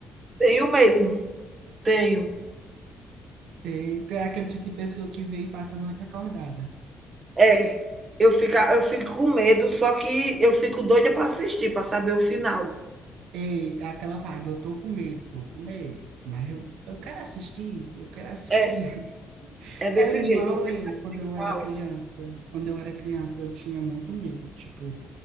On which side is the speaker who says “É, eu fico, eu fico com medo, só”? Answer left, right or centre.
Right